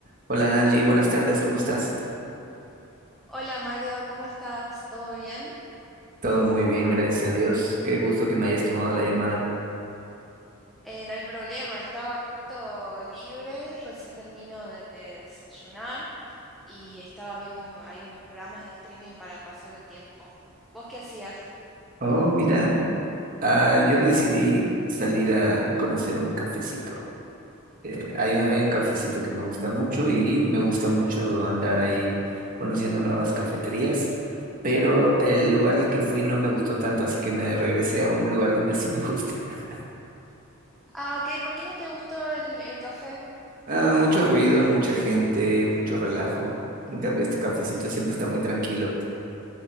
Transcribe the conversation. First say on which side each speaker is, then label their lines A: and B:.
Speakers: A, on the right; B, in the centre.
A: Hola Angie, buenas tardes, ¿cómo estás?
B: Hola Mario, ¿cómo estás? ¿Todo bien?
A: Todo muy bien, gracias a Dios. Qué gusto que me hayas tomado la llamada.
B: Eh, no hay problema, estaba justo libre, recién termino de, de desayunar y estaba viendo un- hay unos programas de streaming para pasar el tiempo. ¿Vos qué hacías?
A: Oh, mira, ah, yo decidí salir a conocer un cafecito. Eh, hay un, hay un cafecito que me gusta mucho y me gusta mucho andar ahí conociendo nuevas cafeterías, pero el lugar al que fui no me gustó tanto, así que me regresé a un lugar donde sí me gusta. <laughs>
B: Ah, ok, ¿por qué no te gustó el, el café?
A: Ah, mucho ruido, mucha gente, mucho relajo. En cambio, este cafecito siempre está muy tranquilo.